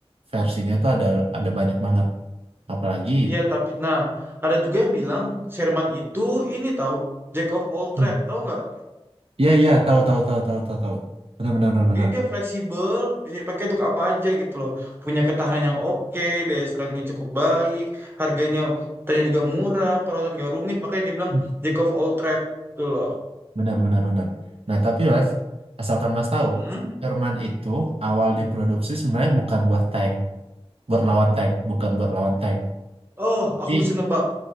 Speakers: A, on the right (about 65°); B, on the right (about 20°).
A: versinya tuh ada ada banyak banget. Apalagi,
B: iya tapi nah, ada juga yang bilang Sherman itu ini tahu Jack of all trade,
A: Hmm,
B: tahu nggak?
A: iya iya tahu tahu tahu tahu tahu tahu. Benar benar benar benar.
B: Jadi dia fleksibel, bisa dipakai untuk apa aja gitu loh. Punya ketahanan yang oke, daya serangnya cukup baik, harganya ternyata juga murah, perawatan gak rumit, makanya dia bilang
A: hmm.
B: jack of all trade gitu loh.
A: Benar, benar, benar. Nah, tapi Mas, asalkan Mas tahu,
B: Hmm?
A: Sherman itu awal diproduksi sebenarnya bukan buat tank, buat lawan tank, bukan buat lawan tank.
B: Oh,
A: Tapi
B: aku bisa nebak.